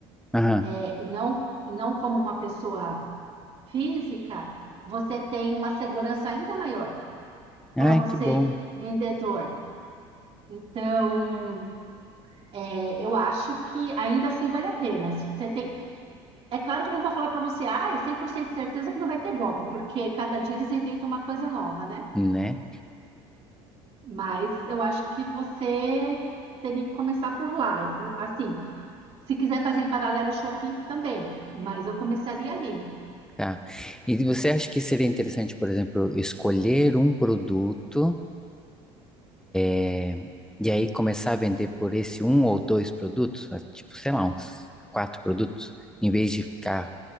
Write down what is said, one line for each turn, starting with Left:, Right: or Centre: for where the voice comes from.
Centre: aham.
Right: é, e não, e não como uma pessoa física, você tem uma segurança ainda maior
Centre: Ai,
Right: para você,
Centre: que bom,
Right: vendedor. Então, é, eu acho que ainda assim vale a pena. Você tem... É claro que eu não vou falar para você, ah, é 100% de certeza que não vai ter golpe, porque cada dia eles inventam uma coisa nova, né?
Centre: né?
Right: Mas eu acho que você teria que começar por lá. Assim, se quiser fazer em paralelo o Shopee, também, mas eu começaria ali.
Centre: Tá. E você acha que seria interessante, por exemplo, escolher um produto é, e aí começar a vender por esse um ou dois produtos? Ah, Tipo, sei lá, uns quatro produtos, em vez de ficar